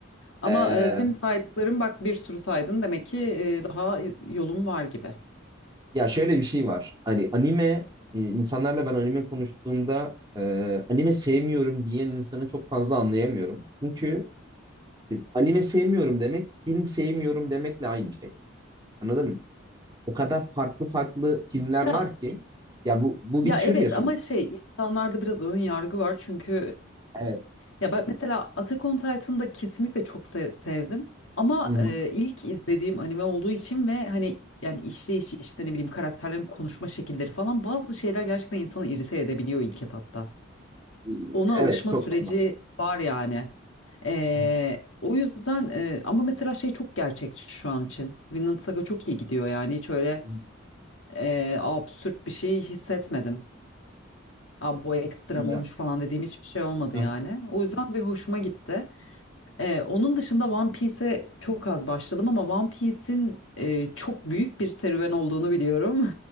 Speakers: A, on the left; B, on the right.
A: Ama
B: Ee,
A: eee, senin saydıkların bak bir sürü saydın demek ki eee, daha yolum var gibi.
B: ya şöyle bir şey var. Hani anime e, insanlarla ben anime konuştuğumda e, anime sevmiyorum diyen insanı çok fazla anlayamıyorum. Çünkü işte anime sevmiyorum demek film sevmiyorum demekle aynı şey. Anladın mı? O kadar farklı farklı filmler
A: Ya
B: var ki ya bu bu
A: Ya
B: bir tür
A: evet
B: ya sonuçta.
A: ama şey insanlarda biraz ön yargı var çünkü
B: Evet.
A: e, ya ben mesela Attack on Titan'ı da kesinlikle çok sev- sevdim ama
B: Hı hı.
A: e, ilk izlediğim anime olduğu için ve hani yani işleyişi işte ne bileyim karakterlerin konuşma şekilleri falan bazı şeyler gerçekten insanı irite edebiliyor ilk etapta.
B: İyi,
A: Ona
B: Evet
A: alışma
B: çok
A: süreci
B: normal.
A: var yani. E,
B: Hı,
A: o yüzden e, ama mesela şey çok gerçekçi şu an için. Vinland Saga çok iyi gidiyor yani hiç öyle
B: hı,
A: e, absürt bir şey hissetmedim. Aa, bu ekstrem
B: Güzel.
A: olmuş falan dediğim hiçbir şey olmadı
B: Hı,
A: yani. O yüzden bir hoşuma gitti. Ee, onun dışında One Piece'e çok az başladım ama One Piece'in e, çok büyük bir serüven olduğunu biliyorum.